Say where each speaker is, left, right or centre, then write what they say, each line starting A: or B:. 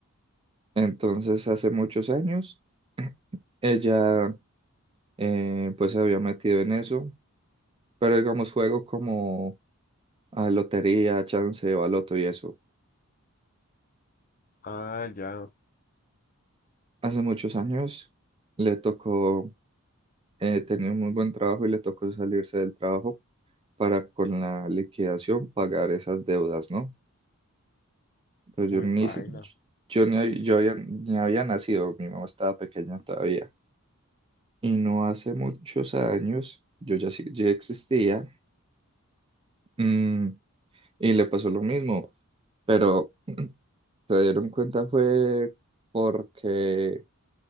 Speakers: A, on the right; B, on the left.
A: entonces hace muchos años ella eh, pues se había metido en eso, pero digamos juego como a lotería, chance, baloto y eso.
B: Ah, ya.
A: Hace muchos años le tocó, eh, tenía un muy buen trabajo y le tocó salirse del trabajo para con la liquidación pagar esas deudas, ¿no? Pero yo
B: Uy,
A: ni,
B: paila.
A: si- yo ni, hab- yo había- ni había nacido, mi mamá estaba pequeña todavía. y no hace muchos años, yo ya, sí- ya existía, mm, y le pasó lo mismo, pero <clears throat> se dieron cuenta fue porque